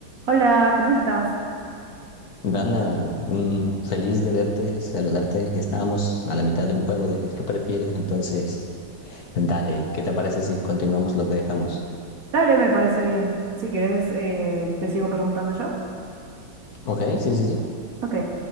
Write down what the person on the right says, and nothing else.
Hola, ¿cómo estás?
Dale, me parece bien. Si quieres, eh, te sigo preguntando yo.
Ok,